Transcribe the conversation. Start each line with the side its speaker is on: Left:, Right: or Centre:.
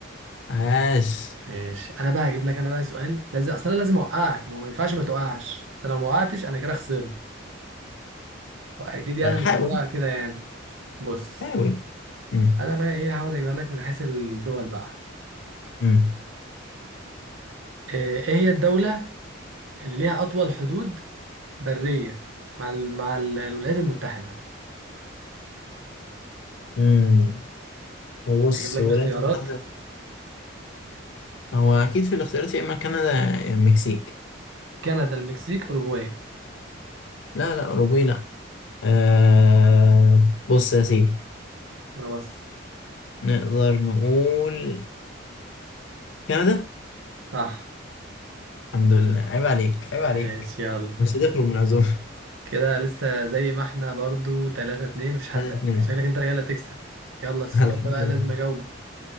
Left: عاش
Right: ماشي انا بقى هجيب لك انا بقى سؤال لازم اصلا لازم اوقعك ما هو ما ينفعش ما توقعش انت لو ما وقعتش انا كده خسرت واكيد يعني
Left: طيب حاول
Right: مش هبقى كده يعني بص
Left: حاول مم.
Right: انا بقى ايه هقعد اجيب لك من حيث الدول بقى
Left: مم.
Right: ايه إيه هي الدولة اللي ليها اطول حدود برية مع ال... مع ال- الولايات المتحدة
Left: مم. بص
Right: هجيب لك
Left: الولايات
Right: اختيارات
Left: المتحده هو اكيد في الاختيارات يا اما كندا يا المكسيك
Right: كندا المكسيك اوروجواي
Left: لا لا اوروبي لا أه بص يا سيدي
Right: انا بس
Left: نقدر نقول كندا
Right: صح
Left: الحمد لله عيب عليك عيب عليك
Right: ماشي يلا
Left: مش هتخرج من العزومه
Right: كده لسه زي ما احنا برضو 3 2 مفيش حد
Left: <laughs> 3
Right: شكلك انت رجاله تكسب يلا السؤال
Left: <laughs> الحمد
Right: ده بقى
Left: لله
Right: لازم اجاوبه